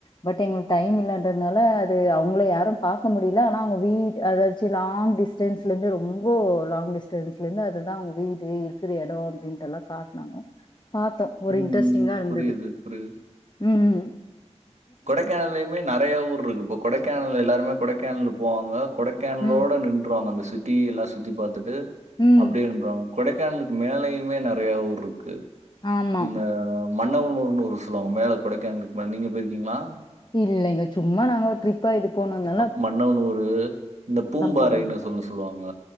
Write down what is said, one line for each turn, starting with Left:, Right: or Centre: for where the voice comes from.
Left: பட் எங்களுக்கு டைம் இல்லன்றனால அவங்கள யாரும் பார்க்க முடியல ஆனா அவங்க வீ அதச்சு லாங் டிஸ்டன்ஸ்லருந்து ரொம்ப லாங் டிஸ்டன்ஸ்லருந்து அதுதான் அவங்க வீடு இருக்கிற இடம் அப்படின்றதல்லாம் காட்டினாங்க பார்த்தோம் ஒரு
Right: ம்
Left: இன்ட்ரெஸ்டிங்கா இருந்தது
Right: புரியுது புரியுது.
Left: உம்ம்ம்
Right: கொடைக்கானலயுமே நிறைய ஊர் இருக்கு போ கொடைக்கானல் எல்லாருமே கொடைக்கானல் போவாங்க கொடைக்கானலோட
Left: ம்
Right: நின்றுவாங்க அந்த சிட் சிட்டி எல்லாம் சுத்தி பார்த்துட்டு
Left: ம்
Right: அப்டியே நின்றுவாங்க கொடைக்கானலுக்கு மேலயுமே நிறைய ஊர் இருக்கு
Left: ஆமா
Right: இந்த மன்னவனூர்னு ஊர் சொல்லுவாங்க மேல கொடைக்கானலக்கு மேல நீங்க போயிருக்கீங்களா
Left: இல்லங்க சும்மா நாங்க ஒரு டிரிப் டிரிபா இது போனங்க
Right: அ மன்னவனூரு இந்த பூம்பாறைனு
Left: போனதில்ல
Right: சொல்ல சொல்லுவாங்க